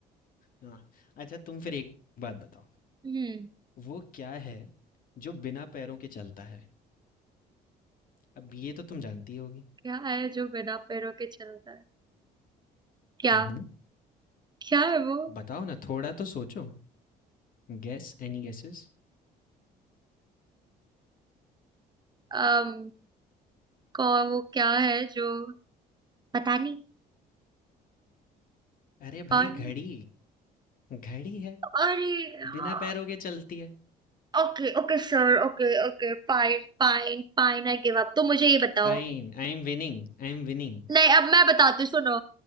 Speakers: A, on the left (about 55°); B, on the right (about 25°).
A: हाँ, अच्छा तुम फिर एक बात बताओ
B: हम्म
A: वो क्या है जो बिना पैरों के चलता है अब ये तो तुम जानती होगी
B: क्या है जो बिना पैरों के चलता है क्या
A: हम्म
B: क्या है वो
A: बताओ ना थोड़ा तो सोचो Guess any guesses
B: अम कौ वो क्या है जो पता नहीं
A: अरे
B: कौन
A: भाई
B: है
A: घड़ी घड़ी है
B: अरे हाँ
A: बिना पैरों के चलती है
B: Okay okay sir okay okay fine fine fine I give up तो मुझे ये बताओ
A: Fine I am winning I am winning
B: नहीं अब मैं बताती हूँ सुनो